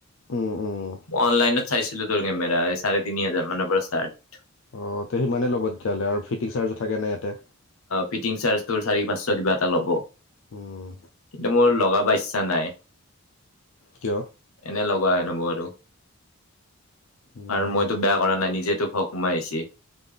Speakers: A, on the left (about 60°); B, on the left (about 75°).
A: উম, উম।
B: অনলাইনত চাইছিলো তোৰ কেমেৰা চাৰে তিনি হাজাৰ মানৰ পৰা ষ্টাৰ্ট।
A: অ', তেয়া সিমানেই ল'ব তেতিয়া হ'লে আৰু ফিটিং চাৰ্জ থাকে নাই ইয়াতে।
B: ফিটিং চাৰজটো চাৰি পাঁচশ কিবা এটা ল'ব
A: উম,
B: কিন্তু মোৰ লগাবা ইচ্ছা চা নাই
A: কিয়?
B: এনে লগোৱা হেন হ'ব আৰু
A: উম,
B: আৰু মইতো বেয়া কৰা নাই নিজেই তোক <unintelligible> সোমাইছিল।